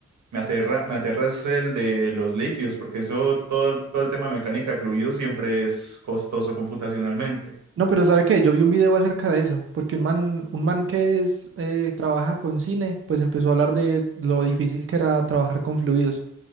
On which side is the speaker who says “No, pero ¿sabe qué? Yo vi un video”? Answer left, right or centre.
Right